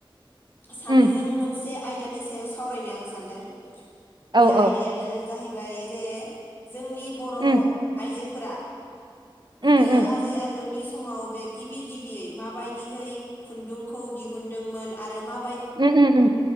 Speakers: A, on the left; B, on the right.
A: सानैजों
B: उम
A: मोनसे आयदानि सायाव सावरायनो आं सानदों बे
B: औ
A: आयदायानो
B: औ
A: जाहैबाय रे जोंनि बर'
B: उम
A: आइजोफोरा गोदो
B: उम उम
A: आजै आजौनि स समाव बे गिबि गिबियै माबादिहै खुनदुंखौ दिहुनदोंमोन आरो मा
B: उ उ उ